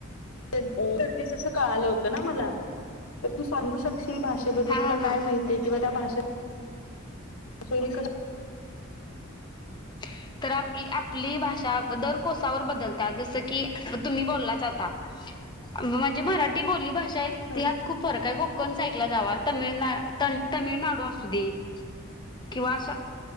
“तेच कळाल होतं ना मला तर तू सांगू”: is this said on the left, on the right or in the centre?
Left